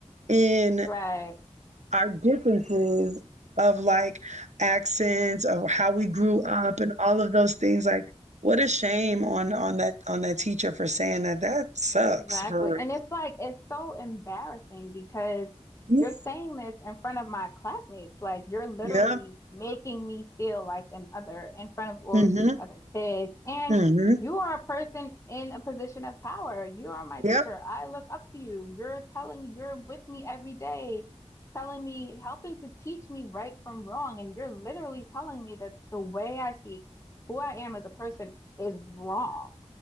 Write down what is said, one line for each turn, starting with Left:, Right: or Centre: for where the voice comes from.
Right: in
Left: Right.
Right: our differences of like accents, of how we grew
Left: Mm-hmm.
Right: up, and all of those things. Like, what a shame on on that on that teacher for saying that. That sucks
Left: Exactly.
Right: for
Left: And it's like, it's so embarrassing because
Right: real.
Left: you're saying this in front of my classmates. Like, you're literally
Right: Yeah.
Left: making me feel like an other in front of all
Right: Mm-hmm.
Left: of these other kids. And
Right: Mm-hmm.
Left: you are a person in a position of power. You are my
Right: Yep.
Left: teacher. I look up to you. You're telling, me, you're with me every day, telling me, helping to teach me right from wrong. And you're literally telling me that the way I speak, who I am as a person is wrong.